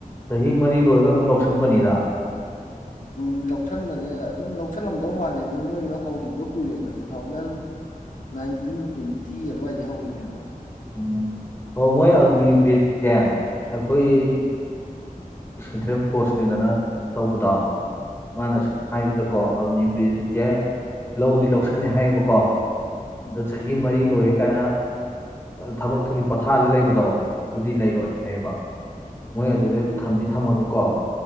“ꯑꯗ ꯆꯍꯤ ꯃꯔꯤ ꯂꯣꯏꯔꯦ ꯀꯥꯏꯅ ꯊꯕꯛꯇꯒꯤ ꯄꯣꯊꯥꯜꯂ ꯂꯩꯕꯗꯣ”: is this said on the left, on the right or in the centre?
Left